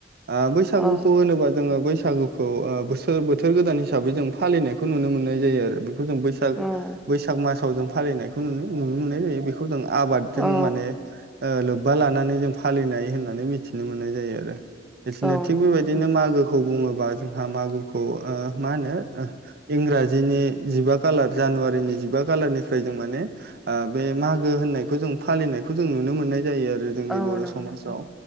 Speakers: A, on the right; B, in the centre.
A: आ बैसागुखौ
B: औ
A: होनोबा जोङो बैसागु खौ ओ बोसोर बोथोर गोदान हिसाबै जों फालिनायखौ नुनो मोननाय जायो आरो जों बैसाग
B: औ
A: बैसाग मासाव जों फालिनायखौ नुनो नुनो मोननाय जायो बे खौजों आबादजों
B: औ
A: माने लो लोबबा लानानै जों फालिनाय होननानै मिथिनो मोननाय जायो आरो बिसोरनो
B: औ
A: थिग
B: नंगौ
A: बेबायदिनो
B: नोंथां
A: मागोखौ खौ बुङोबा जोंहा मागोखौ ओ मा होनो ओ इंराजिनि जिबा खालार जानुवारिनि जिबा खालारनिफ्राय जों माने ओ बे मागो होननायखौ जों फालिनायखौ जों नुनो मोननाय जायो आरो जोंनि
B: औ
A: बर'
B: नंगौ
A: समाजाव
B: नोंथां